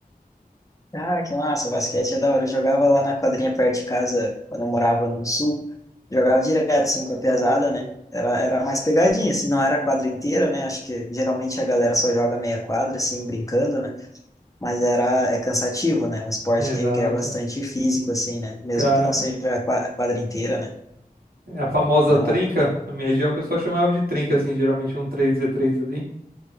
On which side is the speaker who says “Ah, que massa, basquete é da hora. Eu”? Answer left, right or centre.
Left